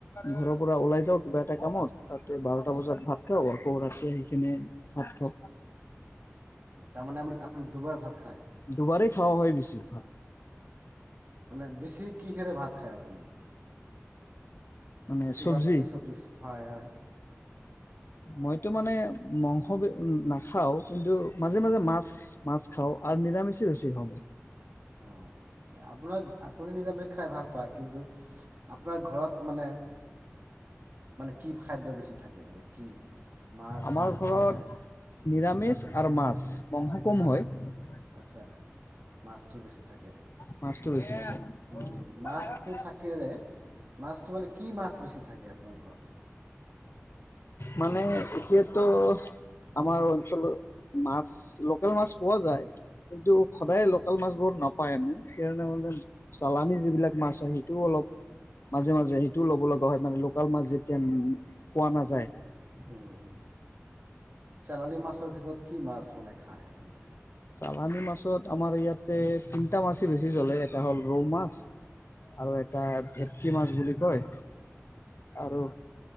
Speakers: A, on the left; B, on the right.
A: ঘৰৰ পৰা ওলাই যাওঁ কিবা এটা কামত। তাতে বাৰটা বজাত ভাত খাওঁ। আকৌ ৰাতি আহি কেনে ভাত খাওঁ।
B: তাৰমানে আপুনি দুবাৰ ভাত খায়?
A: দুবাৰেই খোৱা হয়, বেছি ভাগ।
B: মানে, বেছি কিহেৰে ভাত খায় আপুনি?
A: মানে
B: বেছিভাগ
A: চব্জি
B: কি চবজি? হয়, হয়।
A: মইতো মানে, মাংস নাখাওঁ। কিন্তু, মাজে, মাজে মাছ মাছ খাওঁ আৰু নিৰামিষ বেছি খাওঁ মই।
B: অ'! আপোনাৰ আপুনি নিৰামিষ খাই ভাল পায়। কিন্তু, আপোনাৰ ঘৰত মানে, মানে কি খাদ্য বেছি থাকে? কি মাছ
A: আমাৰ
B: মাংস
A: ঘৰত
B: নে
A: নিৰামিষ আৰু মাছ মাংস কম হয়। <unintelligible>
B: আচ্ছা, মাছটো বেছি থাকে?
A: মাছটো বেছি
B: উম, উম,
A: <unintelligible>
B: মাছটো থাকে যে মাছটো মানে কি মাছ বেছি থাকে আপোনাৰ ঘৰত?
A: মানে এতিয়াতো আমাৰ অঞ্চলত মাছ, লোকেল মাছ পোৱা যায়। কিন্তু সদায় লোকেল মাছ বোৰ নাপায় <unintelligible> সেইকাৰণে মানে চালানি যিবিলাক <unintelligible> সিটোও অলপ মাজে মাজে সেইটোও ল'ব লগা হয়। মানে লোকেল মাছ যে তে পোৱা নাযায়।
B: হম, হম। চালানি মাছৰ ভিতৰত কি মাছ মানে খায় আপোনালোকে?
A: চালানি মাছত আমাৰ ইয়াতে তিনটা মাছেই বেছি চলে এটা হ'ল ৰৌ মাছ আৰু এটা ভেটকী মাছ বুলি কয়। আৰু